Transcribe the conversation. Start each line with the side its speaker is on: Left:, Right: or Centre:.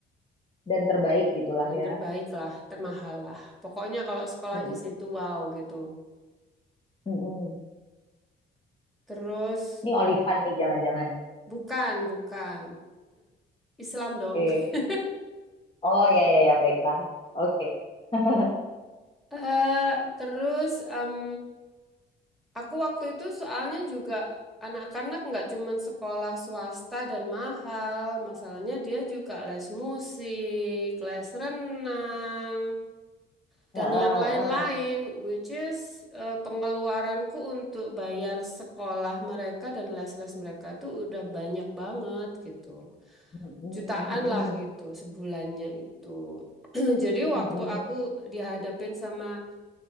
Left: Dan terbaik gitulah
Centre: Dan
Left: ya.
Centre: terbaik lah, termahal lah. Pokoknya kalau sekolah
Left: Mm,
Centre: di situ wow gitu.
Left: mm.
Centre: Terus
Left: Ini Olivan nih, jangan-jangan.
Centre: bukan, bukan. Islam dong.
Left: Oke.
Centre: <laughs>
Left: Oh ya ya ya, baiklah. Oke. <laughs>
Centre: Eh terus em, aku waktu itu soalnya juga anak-anak nggak cuman sekolah swasta dan mahal. Masalahnya dia juga les musik, les renang. Dan
Left: Heeh,
Centre: yang lain-lain,
Left: heeh.
Centre: which is eh, pengeluaranku untuk bayar sekolah mereka dan les-les mereka itu udah banyak banget gitu.
Left: Mm, mm,
Centre: Jutaan
Left: mm,
Centre: lah gitu sebulannya itu. <clears throat> Jadi waktu
Left: mm,
Centre: aku
Left: mm.
Centre: dihadapin sama